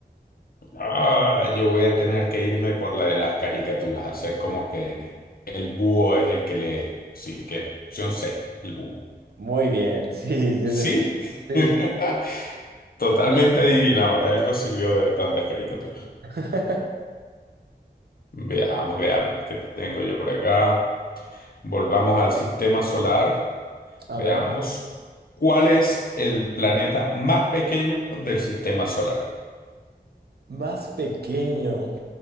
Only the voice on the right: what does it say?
Muy bien, <laughs> sí, sí
es el león. Sí.
<laughs>
A
ver,
más pequeño.